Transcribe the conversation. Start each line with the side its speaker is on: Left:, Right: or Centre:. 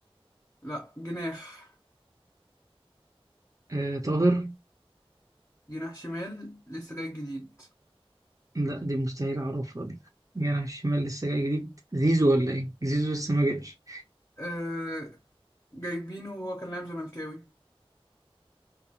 Left: لا جناح
Right: آه، طاهر
Left: جناح شمال لسه جاي جديد
Right: لا دي مستحيل أعرفها دي جناح الشمال لسه جاي جديد زيزو ولا إيه؟ زيزو لسه ما جاش
Left: آه... جايبينه وهو كان لاعب زملكاوي